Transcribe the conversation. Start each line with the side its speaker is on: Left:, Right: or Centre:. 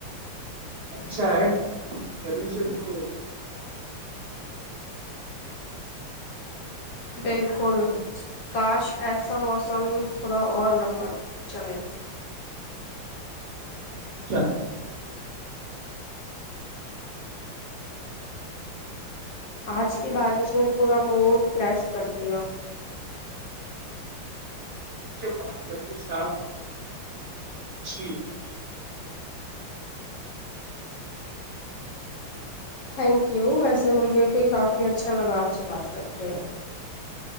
Right: اچھا ہے گرمی سے تو راحت ملی نا اور ہم کچھ سک
Left: بالکل کاش ایسا موسم تھوڑا اور لمبا چلے
Right: میں بھی یہی چاہ
Left: اج کی بارش نے پورا موڈ فریش کر دیا
Right: جو بات کرتی صاحب بہت بھی اچھی ہوئی <inaudible>
Left: تھینک یو ویسے مجھے بھی کافی اچھا لگا اپ سے بات کر کے